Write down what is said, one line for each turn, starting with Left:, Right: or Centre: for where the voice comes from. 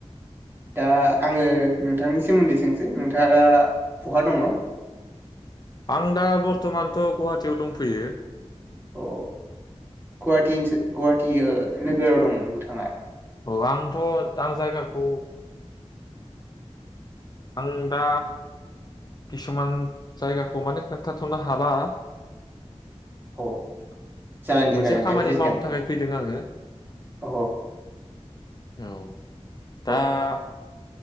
Right: दा आङो नोंथांनि सोमोन्दै सोंसै नोंथाङा बहा दङ?
Left: आं दा बर्थमानथ' गुवाहाटीयाव दंफैयो।
Right: अ गुाहटीनिसो गुवाहाटी ओ नोगोराव दं नोंथाङा?
Left: औ आंथ आं जायगाखौ आं दा किसुमान जायगाखौ माने खोन्थाथ'नो हाला।
Right: औ जागोन
Left: मोनसे
Right: दे जागोन
Left: खामानि
Right: दे बुजिदों
Left: मावनो थाखाय फैदों आङो। <unintelligible>
Right: अ
Left: औ दा
Right: अ